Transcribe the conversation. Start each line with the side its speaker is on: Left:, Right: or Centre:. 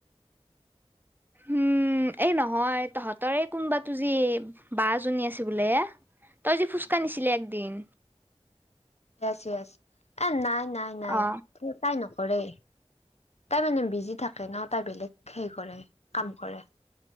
Right: উম এই নহয় তহঁতৰে কোনোবা তো যি বা জনী আছে বোলে তই যি ফুচকা নিছিলি একদিন।
Left: য়েছ য়েছ এ নাই নাই নাই
Right: অ
Left: তাই ন কৰে তাই মানে বিজি থাকে ন তাই বেলেগ হে কৰে কাম কৰে।